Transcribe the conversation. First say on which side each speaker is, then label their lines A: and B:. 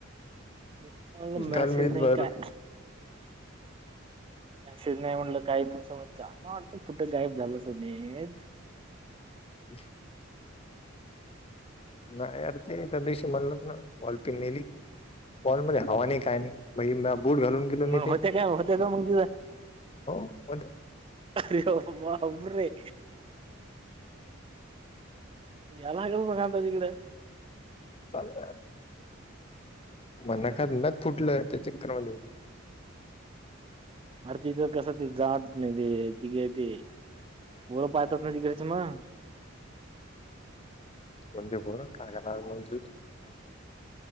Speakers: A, on the right; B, on the left.
A: म्हटलं मेसेज
B: काल मीच
A: नाही
B: भरत
A: काय? मेसेज नाही म्हटलं काही नाही सुमित चा कुठं गायब झालं समीत.
B: <inaudible> नाही अर ते त्या दिवशी म्हणल होत न वॉल पिन नेली. बॉलमध्येध्ये हवा नाही काय नाही <unintelligible> बूट घालून. गेलो मी
A: मग
B: ते
A: होत्या काय होत्या का मग तिथं.
B: हो होत्या.
A: रे बापरे! या लागल मग आता तिकडे.
B: चाल ना. म नखात नख फुटलं त्या चक्करमध्ये.
A: मग तिथं कसं जा वाटत नाही तिथे ती येते तिथे. पोरं पाहतात ना तिकडचे म.
B: कोणते पोर काय करणार आहेत मग ते